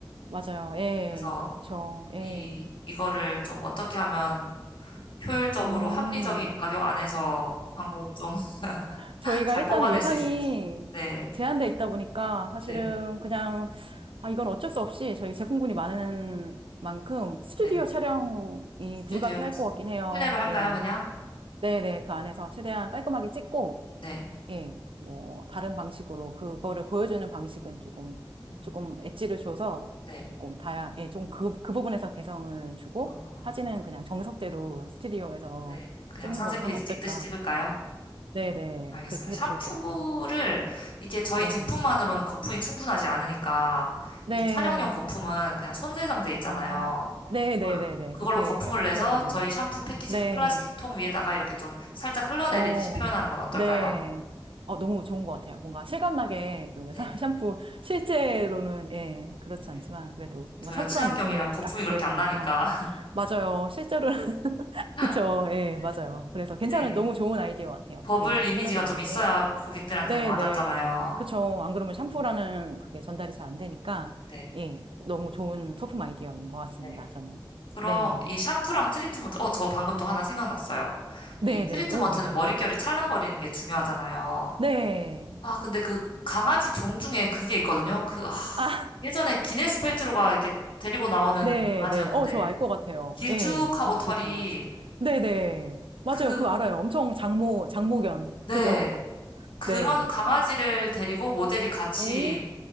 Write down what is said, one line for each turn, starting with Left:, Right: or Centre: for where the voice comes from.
Right: 맞아요, 예.
Left: 그래서
Right: 그쵸, 예.
Left: 이 이거를 좀 어떻게 하면 효율적으로
Right: 음,
Left: 합리적인 가격 안에서 광고를 좀 <laughs>
Right: 저희가
Left: 잘
Right: 일단은
Left: 뽑아낼
Right: 예산이
Left: 수 있을지. 네,
Right: 제한돼 있다 보니까 사실은
Left: 네,
Right: 그냥, 아, 이건 어쩔 수 없이 저희 제품군이 많은 만큼 스튜디오
Left: 네.
Right: 촬영이
Left: 스튜디오
Right: 불가피할 것 같긴 해요,
Left: 실내로 할까요,
Right: 예.
Left: 그냥?
Right: 네네, 그 안에서 최대한 깔끔하게 찍고,
Left: 네,
Right: 예, 뭐, 다른 방식으로 그거를 보여주는 방식은 조금,
Left: 음,
Right: 조금 엣지를 줘서
Left: 네,
Right: 조금 다양, 예, 좀 그, 그 부분에서 개성을 주고
Left: 어,
Right: 사진은 그냥 정석대로 스튜디오에서
Left: 네. 그냥
Right: 찍는
Left: 상세
Right: 걸로
Left: 페이지
Right: 하면 어떨까?
Left: 찍듯이 찍을까요?
Right: 네네.
Left: 알겠습니다.
Right: 그렇게
Left: 샴푸를
Right: 해도 좋을 것 같아요.
Left: 이게 저희
Right: 네.
Left: 제품만으로는 거품이 충분하지 않으니까
Right: 네.
Left: 이 촬영용 거품은 그냥 손세정제 있잖아요.
Right: 아, 네네네네.
Left: 그- 그걸로
Right: 그렇게
Left: 거품을
Right: 해-
Left: 내서
Right: 해야 되겠네요.
Left: 저희 샴푸 패키지
Right: 네.
Left: 그 플라스틱 통 위에다가 이렇게 좀 살짝 흘러내리듯이
Right: 어,
Left: 표현하는 건 어떨까요?
Right: 네. 어, 너무 좋은 것 같아요. 뭔가 실감나게 그
Left: 네.
Right: 사- <laughs> 샴푸, 실제로는, 예, 그렇지
Left: 네.
Right: 않지만, 그래도 뭔가
Left: 저희가
Right: 샴푸라는
Left: 친환경이라
Right: 느낌을
Left: 거품이
Right: 딱 줘야
Left: 그렇게
Right: 되니까.
Left: 안 나니까.
Right: 맞아요. 실제로는, <laughs>
Left: <laughs>
Right: 그쵸. 예,
Left: 네.
Right: 맞아요. 그래서 괜찮은,
Left: 근데 이게
Right: 너무 좋은 아이디어 같아요.
Left: 버블
Right: 예, 이렇게
Left: 이미지가
Right: 흘러내리게.
Left: 좀 있어야 고객들한테는
Right: 네네.
Left: 와닿잖아요.
Right: 그쵸. 안 그러면 샴푸라는
Left: 음.
Right: 그게 전달이 잘 안 되니까,
Left: 네.
Right: 예, 너무 좋은 소품 아이디어인 것 같습니다.
Left: 네.
Right: 저는.
Left: 그럼
Right: 네.
Left: 이 샴푸랑 트리트먼트, 어, 저 방금 또 하나 생각났어요.
Right: 네네.
Left: 이 트리트먼트는
Right: 오, 뭔가요?
Left: 머릿결이 찰랑거리는 게 중요하잖아요.
Right: 네.
Left: 아, 근데 그 강아지 종 중에 그게 있거든요. 그, 아,
Right: 아,
Left: 예전에 기네스 펠트로가 이렇게 데리고 나오는
Right: 네,
Left: 강아지였는데,
Right: 네. 어, 저 알 것 같아요.
Left: 길쭉하고
Right: 예. 아무튼
Left: 털이,
Right: 그 강아지. 네, 네. 맞아요.
Left: 그,
Right: 그거 알아요. 엄청 장모, 장모견.
Left: 네.
Right: 그죠? <laughs>
Left: 그런
Right: 네.
Left: 강아지를 데리고 모델이 같이
Right: 오,